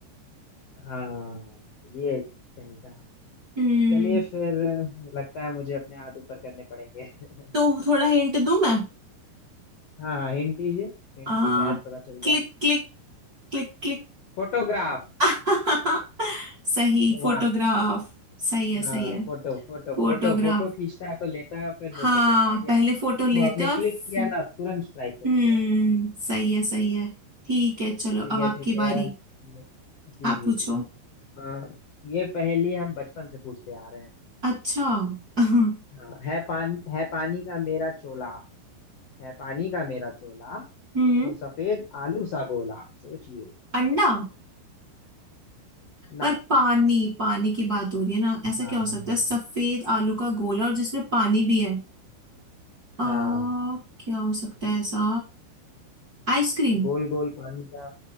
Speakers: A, on the left (about 75°); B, on the right (about 30°).
A: हाँ ये कहीं का
B: हम्म
A: चलिए फिर लगता है मुझे अपने हाथ ऊपर करने पड़ेंगे <laughs>
B: तो थोड़ा हिंट दूं मैं
A: हाँ हिंट दीजिए हिंट
B: आ,
A: से शायद पता चल
B: क्लिक
A: जाए
B: क्लिक क्लिक क्लिक
A: फोटोग्राफ
B: <laughs> सही फोटोग्राफ
A: वाह
B: सही है
A: हाँ
B: सही है
A: फोटो फोटो
B: फोटोग्राफ
A: फोटो फोटो खींचता है तो लेता है फिर फोटो
B: हाँ
A: देता है क्या
B: पहले फोटो लेते
A: वो आपने
B: और
A: क्लिक
B: फिर-
A: किया ना तुरंत स्ट्राइक कर
B: हम्म
A: दिया
B: सही है सही है ठीक है चलो
A: ठीक
B: अब
A: है
B: आपकी
A: ठीक
B: बारी
A: है ये- जी
B: आप
A: जी
B: पूछो
A: जी हाँ ये पहेली हम बचपन से पूछते आ रहे हैं
B: अच्छा <laughs>
A: हाँ है पान है पानी का मेरा चोला है पानी का मेरा चोला
B: हम्म
A: हूँ सफेद आलू सा गोला सोचिए
B: अंडा
A: ना
B: पर पानी पानी की बात हो रही है ना ऐसा
A: हाँ
B: क्या हो सकता है सफेद आलू का गोला और जिसमें पानी भी है आ,
A: हाँ
B: क्या हो सकता है ऐसा आइसक्रीम
A: गोल गोल पानी का